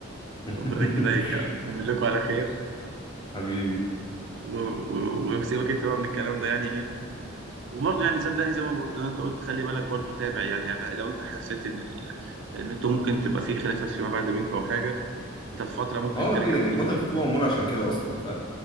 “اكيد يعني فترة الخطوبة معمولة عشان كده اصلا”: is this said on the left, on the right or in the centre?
Left